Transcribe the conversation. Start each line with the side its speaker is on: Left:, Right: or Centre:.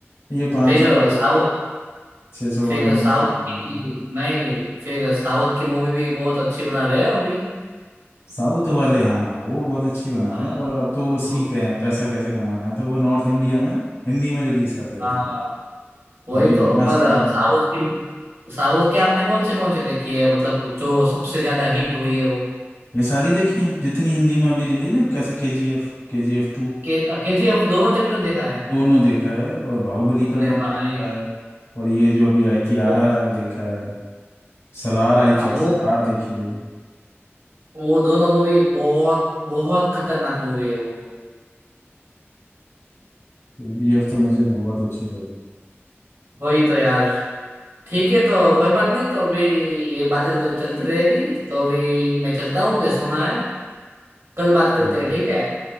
Left: ये पाँच
Right: फिर
Left: सौ करोड़
Right: साउथ
Left: छह सौ
Right: फिर
Left: करोड़ में
Right: साउथ
Left: खो देती
Right: की नहीं फिर साउथ की मूवी भी बहुत अच्छी बना रहे हैं अभी
Left: साउथ वाले हाँ वो बहुत अच्छी बना
Right: हाँ
Left: रहे हैं और अब तो वो सीख
Right: वो
Left: गए हैं पैसा कैसे कमाना है तो वो नॉर्थ इंडिया में हिंदी में रिलीज कर देते
Right: हाँ
Left: हैं
Right: वही
Left: अभी
Right: तो
Left: मस्त
Right: पर
Left: उनका
Right: साउथ की साउथ की आपने कौन से कौन से देखी है मतलब जो सबसे ज्यादा हिट हुई है वो
Left: ये सारी देखी है जितनी हिंदी में अभी रिलीज ना कैसे के जी एफ के जी एफ टू
Right: के केजीएफ दोनों चैप्टर देखा है
Left: दोनों देखा है और बाहुबली का
Right: अरे
Left: दोनों
Right: भाई
Left: देखा है और ये जो अभी आई थी
Right: वो
Left: आर आर आर देखा है सलार आई
Right: हाँ,
Left: थी एक
Right: वो
Left: सलार देखी है
Right: वो दोनों मूवी बहुत बहुत खतरनाक मूवी है वो
Left: के जी एफ तो मुझे बहुत अच्छी लगी
Right: वही तो यार ठीक है तो कोई बात नहीं तो अभी ये बातें तो चलती रहेगी तो अभी मैं चलता हूँ मुझे सोना है कल बात करते
Left: चलो
Right: हैं ठीक है